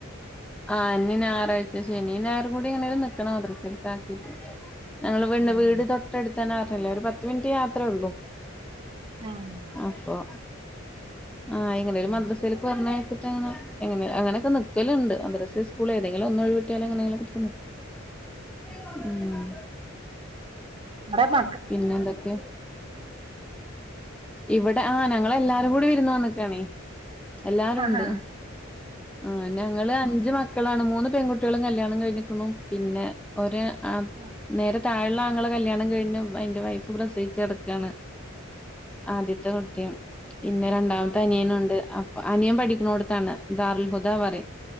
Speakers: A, in the centre; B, on the right.
A: ആ ഇനി ഞായറാഴ്ച ശനി, ഞായറും കൂടി എങ്ങനേലും നിക്കണം മദ്രസേൽക്കാക്കീട്ട്. ഞങ്ങള് പിന്നെ
B: ഉം
A: വീട് തൊട്ടട് ത്തന്നർഞ്ഞില്ലേ ഒര് പത്ത് മിനിറ്റ് യാത്രേള്ളൂ.
B: ആഹ്
A: അപ്പൊ ആ എങ്ങനേലും
B: ഉം
A: മദ്രസയിലേയ്ക്ക് പറഞ്ഞയച്ചിട്ട് ആഹ് അങ്ങനെങ്കിലും മദ്രസ്സേൽക്ക് പർഞ്ഞയച്ച്ട്ടങ്ങനെ എങ്ങനെ അങ്ങനെക്കെ നിക്കല്ണ്ട്. മദ്രസ സ്കൂളെതെങ്കിലൊന്നൊഴിവ്ട്ട്യാലങ്ങനെ
B: ആഹ്
A: ങ്കിലൊക്കെ <unintelligible> ഉം
B: അവടെ മ
A: പിന്നെന്തെക്കെ? ഇവടെ ആഹ് ഞങ്ങളെല്ലാരും കൂടി വിര്ന്ന് വന്നക്കാണേ. എല്ലാരുണ്ട്.
B: ആഹാ
A: ആഹ് ഞങ്ങള് അഞ്ച് മ ക്കളാണ്. മൂന്ന് പെൺകുട്ട്യെളും കല്യാണം കഴിഞ്ഞ്ക്കുണു പിന്നെ ഒര് അ
B: ആഹ്
A: നേരെ താഴെ ള്ളെ ആങ്ങള കല്യാണം കഴിഞ്ഞു. അയ്ന്റെ വൈഫ് പ്രസവിച്ച് കെടക്കാണ്. ആദ്യത്തെ കുട്ട്യാ പിന്നെ രണ്ടാമത്തെ അനിയനുണ്ട്. അപ് അനിയൻ പഠിക്ക്ണോട്ത്താണ്. ദാറുൽഹുദ പറിം.